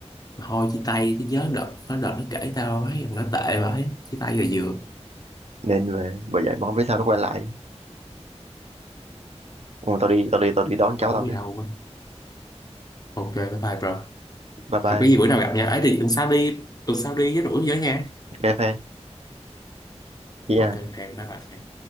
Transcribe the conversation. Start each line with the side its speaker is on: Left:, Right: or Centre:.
Left: Mà thôi chia tay chứ nhớ đợt nó đợt nó kể tao thấy rằng nó tệ vậy. Chia tay rồi vừa.
Right: nên là bởi vậy mà không biết sao nó quay lại ừ, tao đi tao đi tao đi đón cháu
Left: Khổ
Right: tao
Left: gì
Right: cái
Left: đâu. quên. Ok, bye bye bro.
Right: bye
Left: Không
Right: bye
Left: có gì bữa nào gặp nha. Ấy thì tuần sau đi, tuần sau đi với rủ với nha.
Right: cái fan yeah
Left: Ok, hẹn bye bye.